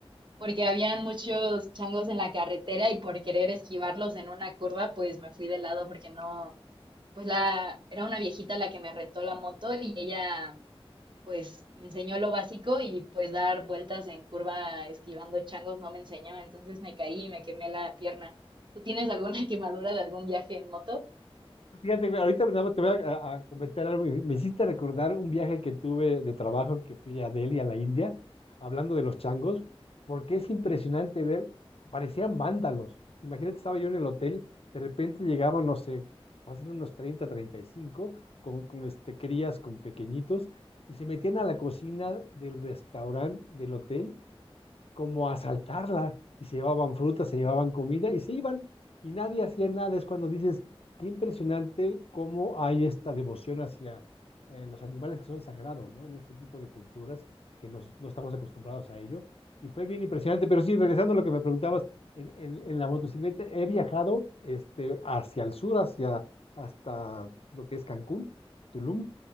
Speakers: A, on the right; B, on the left.
A: porque habían muchos changos en la carretera y por querer esquivarlos en una curva, pues me fui de lado porque no, pues la, era una viejita la que me rentó la moto y ella pues me enseñó lo básico y pues dar vueltas en curva esquivando changos no me enseñó, entonces me caí y me quemé la pierna. ¿Tú tienes alguna <laughs> quemadura de algún viaje en moto?
B: Fíjate, güey, ahorita nada más te voy a, a- a comentar algo. y Me hiciste recordar un viaje que tuve de trabajo que fui a Delhi, a la India, hablando de los changos, porque es impresionante ver, parecían vándalos. Imagínate, estaba yo en el hotel, de repente llegaban, no sé, fácil unos 30, 35, con, con este, crías, con pequeñitos, y se metían a la cocina del restaurante del hotel como a asaltarla y se llevaban frutas, se llevaban comida y se iban y nadie hacía nada. Es cuando dices, qué impresionante cómo hay esta devoción hacia eh, los animales que son sagrados, ¿no? En este tipo de culturas que nos- no estamos acostumbrados a ello. Y fue bien impresionante, pero sí, regresando a lo que me preguntabas, en, en- en la motocicleta he viajado este, hacia el sur, hacia, hasta lo que es Cancún, Tulum,